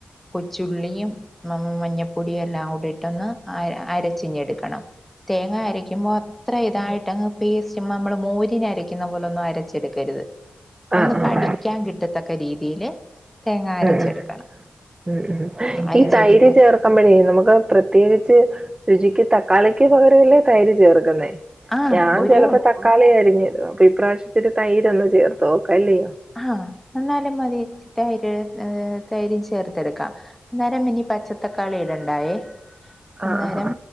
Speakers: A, in the centre; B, on the right.
A: കൊച്ചുള്ളിയും മഞ മഞ്ഞപ്പൊടി എല്ലാം കൂടിയിട്ടൊന്ന് അ അരച്ചിങ്ങെടുക്കണം തേങ്ങ അരക്കുമ്പോൾ അത്ര ഇതായിട്ടങ്ങ് പേസ്റ്റ് നമ്മൾ മോരിനരക്കുന്ന പോലെ ഒന്നും അരച്ചെടുക്കരുത് <inaudible> ഒന്ന്
B: ആഹ്
A: കടിക്കാൻ
B: ആഹ്
A: കിട്ടത്തക്ക രീതിയില് തേങ്ങാ അരച്ചെടുക്കണം
B: ഉം ഉം ഉം
A: അരച്ചെടുത്ത്
B: ഈ തൈര് ചേർ ക്കമ്പഴെ നമുക്ക് പ്രത്യേകിച്ച് രുചിക്ക് തക്കാളിക്ക് പകരമല്ലേ തൈര് ചേർക്കുന്നേ
A: ആ
B: ഞാൻ
A: ഒരു
B: ചെലപ്പോ തക്കാളിയരിഞ്ഞിടും അപ്പൊ ഇപ്രാവശ്യത്തിന് തൈര് ഒന്നു ചേർത്ത് നോക്കാല്ലെ
A: ആഹ എന്നാലും മതി തൈര് തൈര് ചേർത്ത് ത്തെടുക്കാം അന്നേരം ഇനി പച്ചത്തക്കാളി ഇടണ്ടായേ
B: ആഹ്
A: അന്നേരം